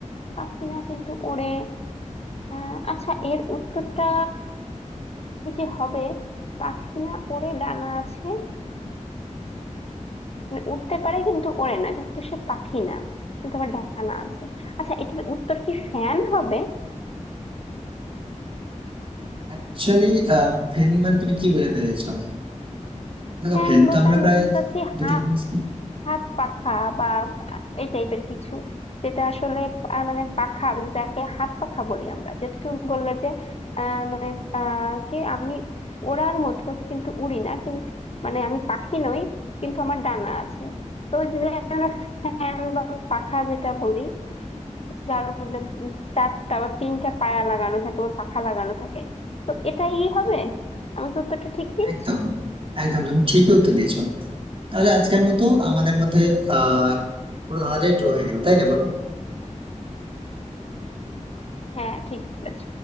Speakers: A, on the left; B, on the right.
A: পাখি না কিন্তু ওড়ে আহ আচ্ছা এর উত্তরটা কি যে হবে পাখি না ওড়ে ডানা আছে মানে উঠতে পারে কিন্তু ওড়ে না কিন্তু সে পাখি না কিন্তু আমার ডানা আছে আচ্ছা এটার উত্তর কি ফ্যান হবে
B: অ্যাকচুয়ালি ফ্যানিং মানে তুমি কি বোঝাতে চাইছো দেখো
A: ফ্যান
B: ফ্যান
A: বলতে
B: তো আমরা
A: আমি
B: প্রায়
A: বোঝাতে চাচ্ছি
B: দুটো
A: হাত
B: জিনিস কি
A: হাত পাখা বা এই টাইপের কিছু যেটা আসলে আহ, মানে পাখা যেটাকে হাত পাখা বলি আমরা যেটা তুমি বললে যে আহ মানে আহ কি আমি ওড়ার মতো কিন্তু উড়ি না কিন্তু মানে আমি পাখি নই কিন্তু আমার ডানা আছে তো ওই যে আমরা ফ্যান বা পাখা যেটা বলি যার মধ্যে চারটা বা তিনটা পায়া লাগানো থাকে বা পাখা লাগানো থাকে তো এটাই হবে আমি তো উত্তরটা ঠিক দিয়েছি
B: একদম, একদম তুমি ঠিকই উত্তর দিয়েছো। তাহলে আজকের মতো আমাদের মধ্যে আহ পুরো ধাঁধাটাই ড্র হয়ে গেল, তাই না বলো?
A: হ্যাঁ ঠিক বলেছ